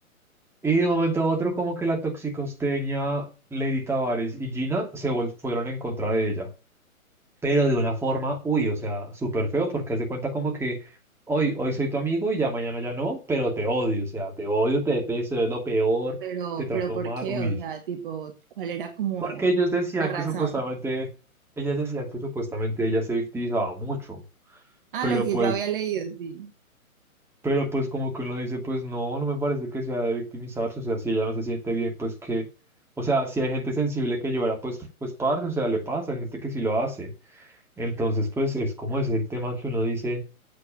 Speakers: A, in the centre; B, on the right.
A: Y de un momento a otro, como que la toxicosteña, Lady Tavares y Gina se vol- fueron en contra de ella pero de una forma, uy, o sea, súper feo porque haz de cuenta como que hoy, hoy soy tu amigo y ya mañana ya no, pero te odio, o sea, te odio, te detesto, es lo peor,
B: pero,
A: te trato
B: pero ¿por
A: mal,
B: qué?
A: uy.
B: O sea, tipo, ¿cuál era como
A: Porque ellos decían
B: la razón?
A: que supuestamente, ellas decían que supuestamente ella se victimizaba mucho,
B: Ah,
A: pero
B: lo que
A: pues,
B: yo había leído, sí.
A: pero pues como que uno dice, pues no, no me parece que sea de victimizarse, o sea, si ella no se siente bien, pues que, o sea, si hay gente sensible que llora, pues, pues parce, o sea, le pasa, hay gente que sí lo hace. Entonces, pues es como ese el tema que uno dice.